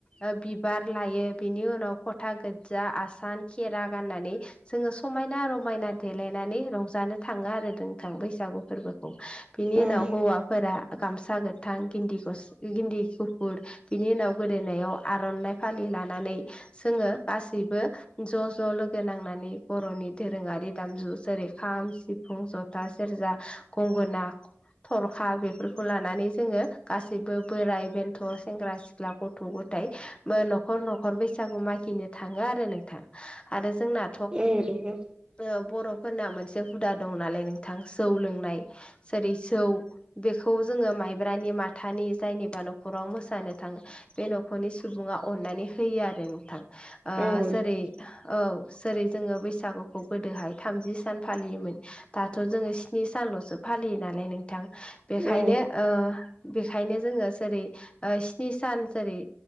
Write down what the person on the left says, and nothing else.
ओ बि बार लायो बिनि उनाव फथा गोज्जा आसान खेरा गाननानै जोङो समायना रमायना देलायनानै रंजानो थाङो आरो नोंथां बैसागु फोरबोखौ बिनि
उनाव हौवाफोरा गामसा गोथां गिन्दि गस गिन्दि गुफुर बिनि उनाव गोदोनायाव आर'नाइ फालि लानानै जोङो गासैबो ज' ज' लोगो नांनानै बर'नि दोरोङारि दामजु जेरै खाम सि फुं जथा सेरजा गंगोना थरखा बेफोरखौ लानानै जोङो गासि सैबो बोराइ बेन्थ' सेंग्रा सिख्ला गथ' गथाइ बो न'खर न'खर बैसागु मागिनो थाङो आरो नोंथां आरो जोंना
ओ बर'फोरना मोनसे हुदा दं नालाय नोंथां जौ लोंनाय जेरै जौ बेखौ खौ जोङो माइब्रानि माथानि जायनिबा न'खराव मोसानो थाङो बे न'खरनि सुबुङाव अननानै होयो आरो नोंथां
जेरै
औ जेरै जोङो बैसागुखौ गोदोहाय थामजि सान फालियोमोन दाथ' जोङो स्नि सानल'सो फालियो नालाय नोंथां बेखायनो
बेखायनो जोङो जेरै स्नि सान जेरै